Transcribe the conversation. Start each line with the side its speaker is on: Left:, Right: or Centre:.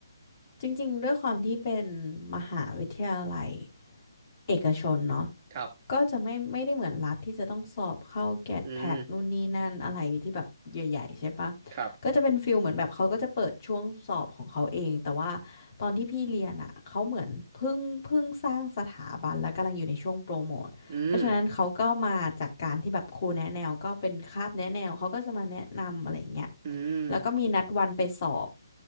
Left: จริงๆด้วยความที่เป็นมหาวิทยาลัยเอกชนเนาะ
Right: ครับ
Left: ก็จะไม่ไม่ได้เหมือนรัฐที่จะต้องสอบเข้าแกดแพดนู่นนี่นั่นอะไรที่แบบใหญ่ๆใช่ปะ
Right: อืมครับ
Left: ก็จะเป็นฟิลเหมือนแบบเขาก็จะเปิดช่วงสอบของเขาเองแต่ว่าตอนที่พี่เรียนอ่ะเขาเหมือนเพิ่งเพิ่งสร้างสถาบันและกำลังอยู่ในช่วงโปรโมทเพราะฉะนั้นเขาก็มาจากการที่แบบครูแนะแนวก็เป็นคาบแนะแนวเขาก็จะมาแนะนำอะไรอย่างเงี้ย
Right: อืมอืม
Left: แล้วก็มีนัดวันไปสอบ